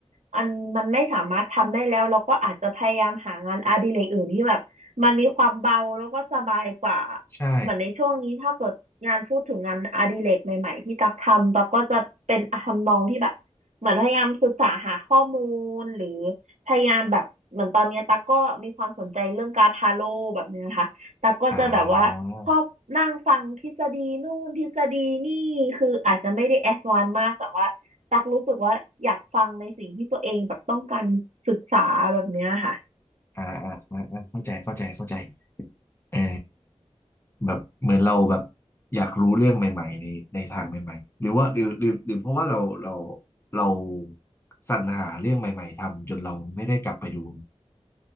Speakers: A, on the right; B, on the left.
A: อันมันไม่สามารถทำได้แล้วเราก็อาจจะพยายามหางานอดิเรกอื่นที่แบบมันมีความเบาแล้วก็สบายกว่า
B: ใช่
A: เหมือนในช่วงนี้ถ้าเกิดงานพูดถึงงานอดิเรกใหม่ๆที่ตักทำตักก็จะเป็นทำนองที่แบบเหมือนพยายามศึกษาหาข้อมูลหรือพยายามแบบเหมือนตอนเนี้ยตั๊กก็มีความสนใจเรื่องการดทาโร่แบบเนี้ยค่ะ ตักก็จะแบบว่าชอบนั่งฟังทฤษฎีนู่นทฤษฎีนี่คืออาจจะไม่ได้แอดวานซ์มากแต่ว่าตักรู้สึกว่าอยากฟังในสิ่งที่ตัวเองแบบต้องการศึกษาแบบเนี้ยค่ะ
B: อ่า อ่าอ่าอ่าอ่าเข้าใจเข้าใจเข้าใจเออแบบเหมือนเราแบบอยากรู้เรื่องใหม่ๆในในทางใหม่ๆหรือว่าหรือหรือหรือเพราะว่าเราเราเราสรรหาเรื่องใหม่ๆทำจนเราไม่ได้กลับไปดู